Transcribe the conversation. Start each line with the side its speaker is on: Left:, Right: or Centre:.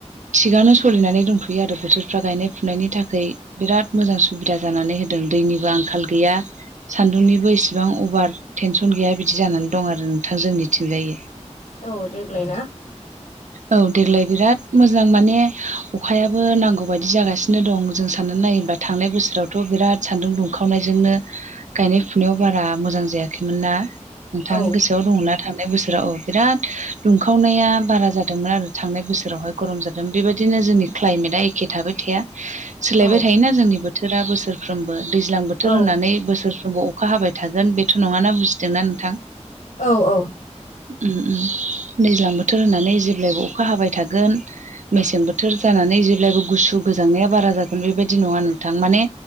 Right: थिगानो सोलिनानै दंथ'यो आरो बोथोरफ्रा गायनाय फुनायनि थाखै बिराद मोजां सुबिदा जानानै होदों दैनिबो आंखाल गैया सान्दुंनिबो इसेबां अभार टेनसन गैया बिदि जानानै दं आरो नोंथां जोंनिथिंजायो
Left: औ देग्लाय ना
Right: औ देग्लाय बिराद मोजां माने अखायाबो नांगौ बायदि जागासिनो दं जों साननानै नायोबा थांनाय बोसोरावथ' बिराद सान्दुं दुंखावनायजोंनो गायनाय फुनायाव बारा मोजां जायाखैमोन ना। नोंथां
Left: औ
Right: गोसोआव दङना थांनाय बोसोराव औ बिराद दुंखावनाया बारा जादोंमोन आरो थांनाय बोसोरावहाय गरम जादोंमोन बेबायदिनो जोंनि क्लाइमेटआ एखे थाबाय थाया। सोलायबाय
Left: औ
Right: थायोना जोंनि बोथोरा बोसोरफ्रोमबो दैज्लां बोथोर
Left: औ
Right: होनानै बोसोरफ्रोमबो अ अखा हाबाय थागोन बेथ' नङाना बुजिदोंना नोंथां
Left: औ औ
Right: उम उम दैज्लां बोथोर होननानै जेब्लायबो अखा हाबाय थागोन मेसें बोथोर जानानै जेब्लायबो गुसु गोजांनाया बारा जागोन बेबायदि नङा नोंथां। माने